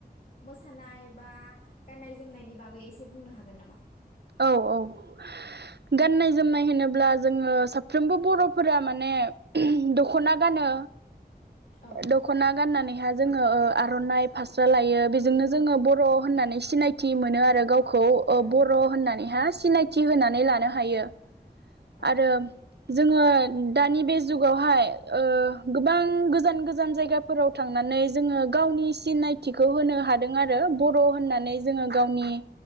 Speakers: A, on the left; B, on the right.
A: मोसानाय बा गान्नाय जोमनायनि बागै एसे बुंनो हाग गोन नामा
B: औ औ गाननाय जोमनाय होनोब्ला जोङो साफ्रोमबो बर'फोरा माने दख'ना गानो
A: औ
B: दख'ना गाननानै जोङो ओ आर'नाइ फास्रा लायो बेजोंनो जोङो बर' होननानै सिनायथि मोनो आरो गाव खौ ओ
A: औ
B: बर' होननानैहा सिनायथि होनानै लानो हायो।
A: औ
B: आरो जोङो दानि बे जुगावहाय ओ गोबां गोज गोजान गोजान जायगाफोराव थांनानै जोङो गावनि सिनायथिखौ होनो हादों आरो बर' होननानै जोङो गावनि